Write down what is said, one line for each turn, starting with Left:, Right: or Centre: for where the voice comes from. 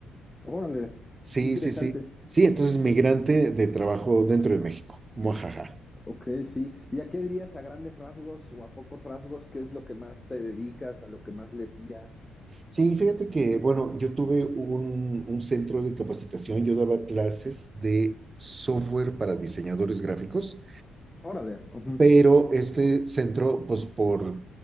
Left: Órale,
Right: Sí,
Left: qué interesante.
Right: sí, sí. Sí, entonces migrante de trabajo dentro de México. Muajaja.
Left: Ok, sí. ¿Y a qué dirías a grandes rasgos o a pocos rasgos? ¿Qué es lo que más te dedicas, a lo que más le tiras?
Right: Sí, fíjate que, bueno, yo tuve un, un centro de capacitación, yo daba clases de software para diseñadores gráficos
Left: Órale. ujú,
Right: pero este centro, pues por,